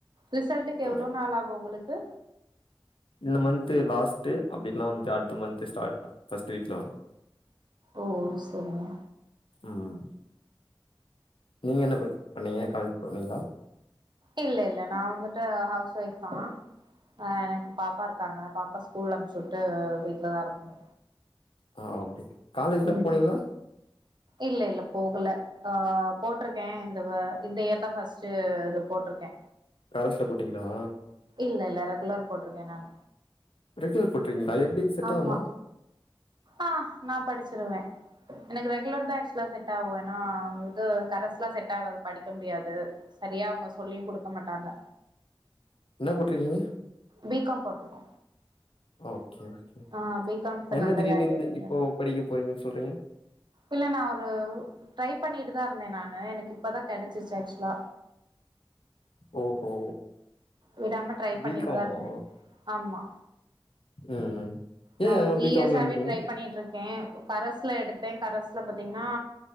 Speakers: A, on the right; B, on the left.
A: ரிசல்ட்டுக்கு
B: ஆ.
A: எவ்ளோ நாள் ஆகு உங்களுக்கு
B: இந்த மந்து லாஸ்ட்டு அப்டி இல்னா வந்து அடுத்த மந்த் ஸ்டார்ட் ஃப்ஸ்ட் வீக்ல வரு
A: ஓ சேரிங்க
B: ம் நீங்க என்ன ப பண்ணீங்க காலேஜ் போனீங்களா
A: இல்ல இல்ல நா வந்துட்டு ஹவுஸ் ஒய்ஃப் தா ஆ எனக் பாப்பா இருக்காங்க பாப்பா ஸ்கூல் அனுப்ச்சு வுட்டு வீட்ல தா இருப்போ
B: ஆ ஓகே காலேஜ்லா
A: ம்
B: போனீங்களா
A: இல்லல்ல போகல ஆ போட்ருக்கே இந்தவ இந்த இயர் தா ஃபஸ்ட்டு இது போட்ருக்கே
B: கரஸ்ல போடீங்ளா
A: இல்லல்ல ரெகுலர் போட்ருக்கே நானு
B: ரெகுலர் போட்டீங்ளா எப்டி செட்
A: ஆமா
B: ஆகுமா
A: ஆ நா படிச்சிருவே எனக்கு ரெகுலர் தா ஆக்சுவலா செட் ஆகு ஏனா இது கரஸ்லா செட் ஆகாது படிக்க முடியாது சரியா அவுங்க சொல்லியுங் குடுக்க மாட்டாங்க
B: இன்னா போட்ருக்கீங்க
A: பி காம் போட்ருக்கோ
B: ஓகே ஓகே
A: ஆ பி காம் இப்ப
B: என்ன
A: நல்ல
B: திடீர்னிந்
A: வேல்யூலங்க
B: இந்த இப்போ படிக்க போறீங்கன் சொல்றீங்க
A: இல்ல நா ஒரு ட்ரை பண்ணிட்டு தா இருந்தே நானு எனக்கு இப்பதா கெடச்சிச்சி ஆக்சுலா
B: ஓஹோ
A: விடாம ட்ரை பண்ணிட்டுதா
B: பி காம்
A: இருந்தே
B: ஆ
A: ஆமா
B: ம் ஏ
A: நா ஒரு த்ரீ
B: பி
A: இயர்ஸாவே
B: காம் எடுக்கீங்க
A: ட்ரை பண்ணிட்ருக் கே கரசுல எடுத்தே கரசுல பாத்தீங்கன்னா